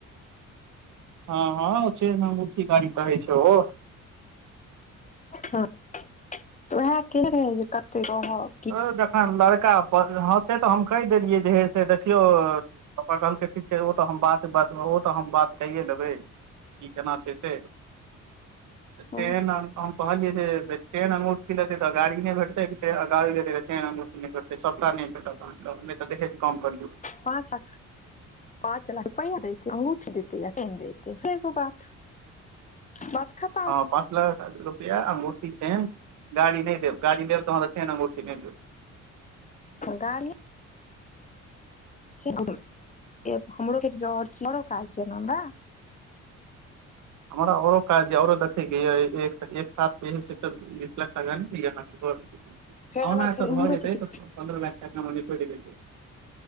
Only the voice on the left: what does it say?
हँ तऽ उएह के रहै जे कते रहब
हँ
पां <unintelligible> पाँच लाख रुपैआ देतै अंगूठी देतै चेन देतै फेर ओ बात बात खतम
गाड़ी <unintelligible>
फेर हमरा
फेर
इम्हरो
किछु